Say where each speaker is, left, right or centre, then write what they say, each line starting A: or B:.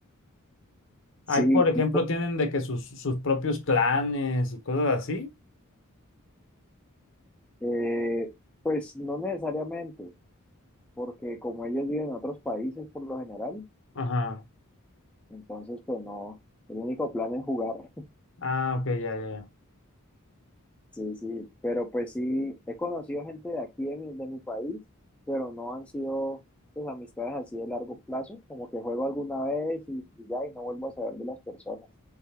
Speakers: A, in the centre; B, on the left.
A: Sí,
B: Ahí, por ejemplo,
A: y po-
B: tienen de que sus, sus propios clanes y cosas así.
A: eh, pues no necesariamente. porque como ellos viven en otros países por lo general,
B: Ajá.
A: entonces pues no, el único plan es jugar. <laughs>
B: Ah, ok, ya, ya, ya.
A: Sí, sí, pero pues sí, he conocido gente de aquí de mi, de mi país, pero no han sido pues amistades así de largo plazo, como que juego alguna vez y, y ya, y no vuelvo a saber de las personas.